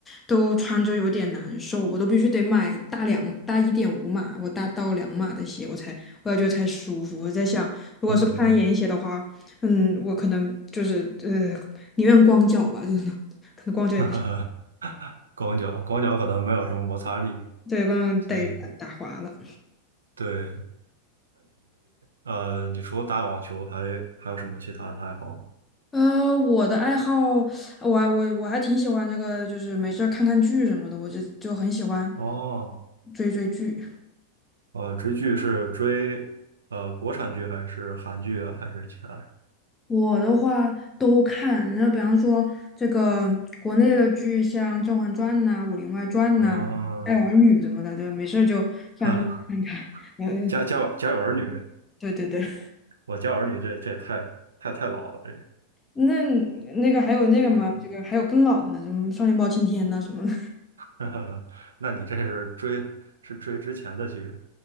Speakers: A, on the left (about 15°); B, on the right (about 70°).
A: 都穿着有点难受，我都必须得买大两大一点五码，我大到两码的鞋，我才我感觉得才舒服。我在想，如果是攀岩鞋的话，
B: 嗯，
A: 嗯，我可能就是呃，宁愿光脚吧，就是可能光脚也不行。
B: <laughs> 哈哈光脚光脚可能没有什么摩擦力，
A: 对，刚刚带打打滑了。
B: 所以对，呃，你除了打网球还还有什么其他的爱好吗？
A: 呃，我的爱好，我还我我还挺喜欢这个，就是没事儿看看剧什么的，我就就很喜欢
B: 哦，
A: 追追剧。
B: 呃，追剧是追呃国产剧还是韩剧啊，还是其他？
A: 我的话都看，那比方说这个国内的剧，像《甄嬛传》呐、《武林外传》呐、
B: 嗯，
A: 《爱儿女》什么的，对，没事儿就想去看看。
B: 啊，
A: <laughs> 然后
B: 家家有家有儿女
A: 就对对对，
B: 我教儿女这这太太太老了，这个
A: 那那个还有那个嘛，
B: 嗯，
A: 这个还有更老的呢，什么《少年包青天》呐什么的。
B: <laughs> 那你这是追是追之前的剧，